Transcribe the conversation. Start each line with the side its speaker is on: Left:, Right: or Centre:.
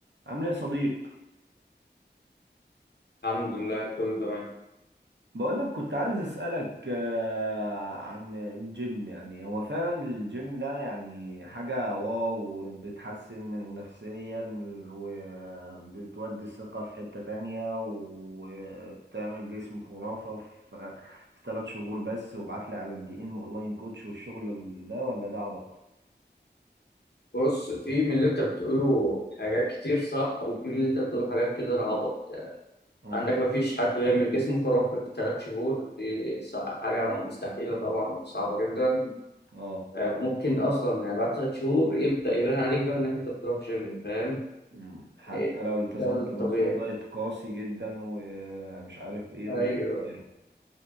Right: عامل ايه يا صديق
Left: الحمد لله كله تمام
Right: بقولك كنت عايز اسألك آه، عن الجيم يعني هو فعلا الجيم ده يعني حاجة واو بتحسن من نفسيا وبتودي الثقة في حتة تانية وبتعمل جسم خرافة في في ثلاث شهور بس وابعتلي على الدي ام اونلاين كوتش والشغل ده ولا ده عبط
Left: بص في من اللي انت بتقوله حاجات كتير صح وفي من اللي انت بتقوله حاجات كتير عبط يعني
Right: مم.
Left: عندك مفيش حد بيعمل جسمه خرافي في ثلاث شهور دي ص- حاجة مستحيلة طبعا وصعبة جدا
Right: اه
Left: آه، ممكن أصلا يعني بعد ثلاث شهور يبدأ يبان عليك بقى إنك أنت بتروح جيم فاهم
Right: مم. حتى
Left: إيه،
Right: لو التزمت
Left: ده الطبيعي
Right: بنظام دايت قاسي جدا ومش عارف ايه وآخره
Left: أيوه